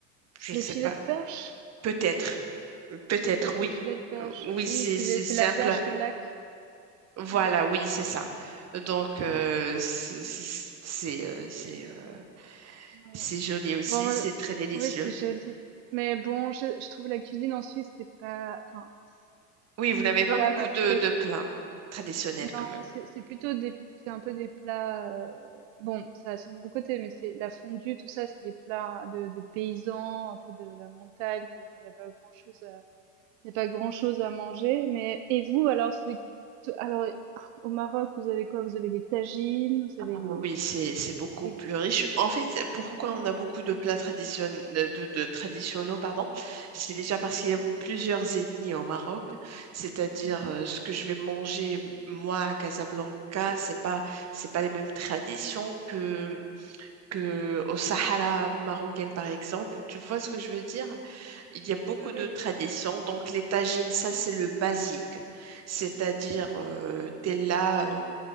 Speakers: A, on the right; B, on the right.
A: Je
B: les
A: ne sais
B: filets
A: pas,
B: de perche?
A: peut-être,
B: Non,
A: peut-être,
B: peut-être
A: oui,
B: les filets de perche.
A: Euh, oui,
B: Oui,
A: c'est
B: c'est
A: c'est
B: c'est
A: c'est
B: la
A: un
B: perche
A: plat.
B: du lac.
A: Voilà,
B: Oui,
A: oui, c'est ça. Donc euh, c'est c'est c'est euh, c'est, euh,
B: ouais.
A: c'est joli aussi,
B: Bon, heu,
A: c'est très délicieux.
B: oui, c'est joli, mais bon, je je trouve la cuisine en Suisse, c'est pas enfin,
A: Oui, vous n'avez
B: c'est
A: pas
B: pas
A: beaucoup
B: ma préf
A: de de plats traditionnels
B: Non,
A: quand même.
B: c'est c'est plutôt des, c'est un peu des plats. euh, bon, ça a son bon côté, mais c'est la fondue, tout ça, c'est des plats de, de paysans, un peu de la montagne où il n'y a pas grand-chose à, il y a pas grand-chose à manger. Mais et vous, alors, c'est, alors au Maroc, vous avez quoi? Vous avez les tagines, vous
A: Ah
B: avez les,
A: oui, c'est c'est beaucoup
B: les-
A: plus riche. En fait, pourquoi on a beaucoup de plats traditionnels, de, de traditionnels, pardon, c'est déjà parce qu'il y a plusieurs ethnies au Maroc. C'est-à-dire,
B: Mhm.
A: euh, ce que je vais manger moi à Casablanca, c'est pas c'est pas les mêmes traditions que que au Sahara marocain, par exemple. Tu vois ce que je veux dire? Il y a beaucoup
B: Ah Bah
A: de
B: oui,
A: traditions. Donc, les tagines, ça, c'est le basique. C'est-à-dire, euh, t'es là, euh,